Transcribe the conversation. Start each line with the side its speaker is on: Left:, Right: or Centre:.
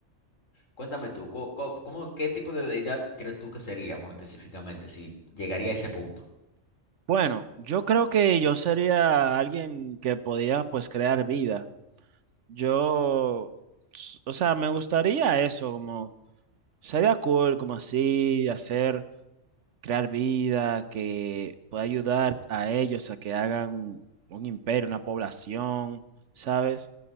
Left: Cuéntame tú, co- co- ¿cómo, qué tipo de deidad crees tú que seríamos específicamente si llegaría a ese punto?
Right: Bueno, yo creo que yo sería alguien que podía pues crear vida. Yo, s- o sea, me gustaría eso, como sería cool, como así, hacer. crear vida, que pueda ayudar a ellos a que hagan un imperio, una población, ¿sabes?